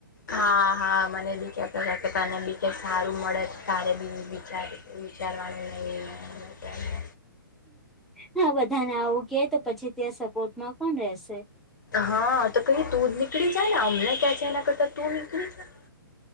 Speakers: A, on the left; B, in the centre.
A: હા હા મને બી કેતા તા કે તને બી કયાંય સારું મળે છે તારે બી વિચારે વિચારવાનું નહીં એ ને તેને
B: હ બધાને આવું કે તો પછી ત્યાં સપોર્ટમાં કોણ રેહશે?
A: હા તો કહીએ તું જ નીકળી જાને અમને કે છે એના કરતાં તું નીકળી જા.